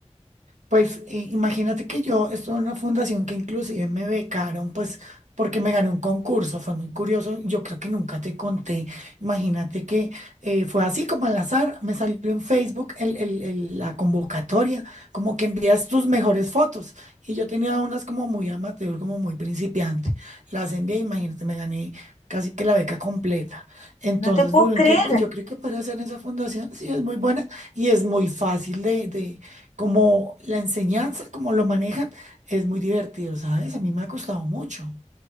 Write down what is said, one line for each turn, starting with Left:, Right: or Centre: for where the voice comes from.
Right: Pues eh, imagínate que yo estuve en una fundación que inclusive me becaron, pues porque me gané un concurso, fue muy curioso, yo creo que nunca te conté, imagínate que eh, fue así como al azar, me salió en Facebook el- el- el- la convocatoria, como que envías tus mejores fotos y yo tenía unas como muy amateur, como muy principiante, las envié, imagínate, me gané casi que la beca completa, entonces
Left: No te puedo
Right: duró
Left: creer.
Right: un tiempo y yo creo que para hacer esa fundación sí es muy buena y es muy fácil de de- como la enseñanza, como lo manejan, es muy divertido, ¿sabes? A mí me ha costado mucho.